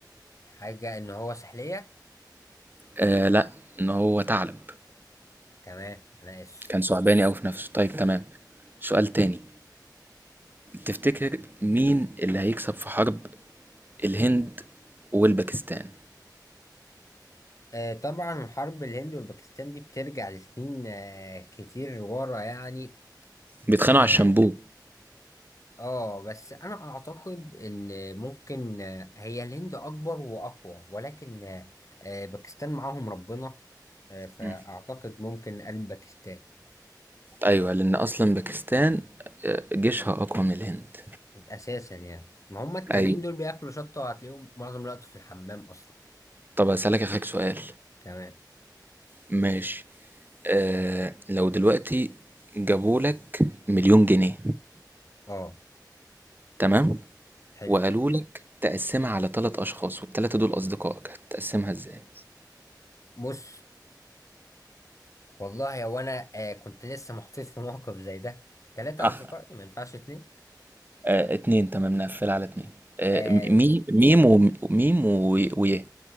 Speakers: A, on the left; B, on the right.
A: حاجه ان هو سحليه
B: آه لا ان هو ثعلب
A: تمام انا اسف
B: كان ثعباني قوي في نفسه طيب تمام سؤال تاني تفتكر مين اللي هيكسب في حرب الهند والباكستان
A: آه طبعا حرب الهند والباكستان دي بترجع لسنين آه كتير ورا يعني
B: بيتخانقوا
A: آه،
B: على الشامبو
A: اه بس انا اعتقد ان ممكن آه، هي الهند اكبر واقوى ولكن آه، آه، باكستان معاهم ربنا آه، فاعتقد
B: مم.
A: ممكن قلب باكستان
B: ايوه لان اصلا باكستان آه، جيشها اقوى من الهند
A: اساسا يعني ما هم التانيين
B: ايوه
A: دول بياكلوا شطه وهتلاقيهم معظم الوقت في الحمام اصلا
B: طب اسالك اخك سؤال
A: تمام
B: ماشي آه لو دلوقتي جابولك مليون جنيه
A: اه
B: تمام
A: حلو
B: وقالولك تقسمها على ثلاث أشخاص والتلاتة دول أصدقائك هتقسمها إزاي؟
A: بص والله هو انا آه، كنت لسه محطوط في موقف زي ده ثلاثه
B: اه
A: اصدقائي ما ينفعش اتنين
B: آه، اتنين تمام نقفل على اتنين آه،
A: آه،
B: م- مي ميم وميم ويه